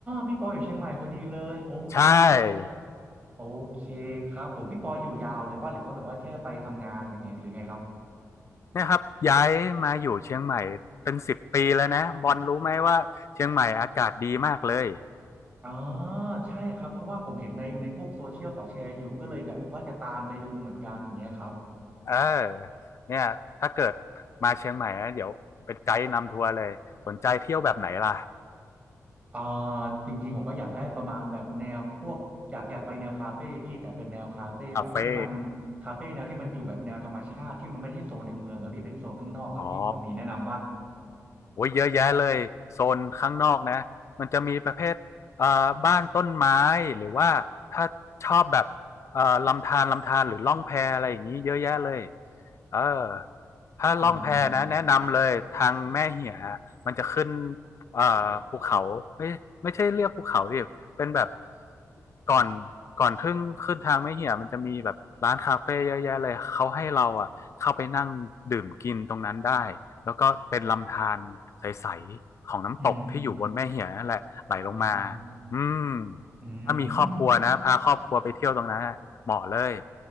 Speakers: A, on the right; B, on the left.
A: พี่ปออยู่เชียงใหม่พอดีเลยโอเคครับ
B: ใช่
A: โอเคครับผมพี่ปออยู่ยาวเลยป่ะหรือว่าแบบว่าแค่ไปทำงานอะไรไงหรือไงครับ
B: เนี่ยครับย้ายมาอยู่เชียงใหม่เป็นสิบปีแล้วนะบอลรู้ไหมว่าเชียงใหม่อากาศดีมากเลย
A: อ๋อใช่ครับเพราะว่าผมเห็นในในพวกโซเชียลเขาแชร์อยู่ก็เลยแบบว่าจะตามไปดูเหมือนกันอย่างเงี้ยครับ
B: เออเนี่ยถ้าเกิดมาเชียงใหม่นะเดี๋ยวเป็นไกด์นำทัวร์เลยสนใจเที่ยวแบบไหนล่ะ
A: อ่าจริงๆผมก็อยากได้ประมาณแบบแนวพวกอยากอยากไปแนวคาเฟ่พี่แต่เป็นแนวคาเฟ่แบบที่มัน
B: คาเฟ่
A: คาเฟ่แนวที่มันอยู่แบบแนวธรรมชาติที่มันไม่ได้โซนในเมืองอะพี่เป็นโซนข้างนอกอะพี่พอมีแนะนำปะ
B: อ๋อ โอ้ยเยอะแยะเลยโซนข้างนอกนะมันจะมีประเภทเอ่อบ้านต้นไม้หรือว่าถ้าชอบแบบเอ่อลำธารลำธารหรือล่องแพอะไรอย่างนี้เยอะแยะเลยเออถ้าล่องแพนะแนะนำเลยทางแม่เหีย
A: อืม
B: มันจะขึ้นเอ่อภูเขาไม่ไม่ใช่เรียกภูเขาดิเป็นแบบก่อนก่อนทึ่งขึ้นทางแม่เหียมันจะมีแบบร้านคาเฟ่เยอะแยะเลยเขาให้เราอ่ะเข้าไปนั่งดื่มกินตรงนั้นได้ แล้วก็เป็นลำธารใสๆของน้ำตกที่อยู่บนแม่เหียนั่นแหละไหลลงมา
A: อืมอ่า
B: อืม
A: อื
B: ถ้ามีครอบครัวนะพาครอบครัวไปเที่ยวตรงนั้นเหมาะเลย
A: ม